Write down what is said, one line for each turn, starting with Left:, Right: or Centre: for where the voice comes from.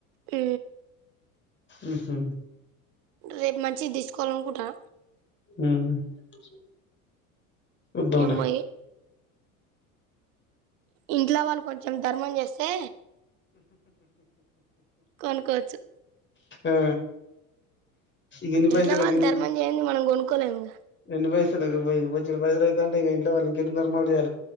Right: ఉ
Left: ఉహు
Right: రేపు మంచిది తీసుకోవాలనుకుంటున్నా
Left: ఉ <inaudible> చుద్దాం ఉండు
Right: ఏమో ఇంట్లో వాళ్ళు కొంచెం ధర్మం చేస్తే కొనుక్కోవచ్చు
Left: ఆ గెన్ని
Right: ఇంట్లో
Left: పైసలు <unintelligible>
Right: వాళ్ళు ధర్మం చేయంది మనం కొనుక్కోలేము
Left: గెన్ని పైసా <unintelligible> ఇంట్లో వాళ్ళు ఇంకా ఎన్ని దార్మాలు చేయాలే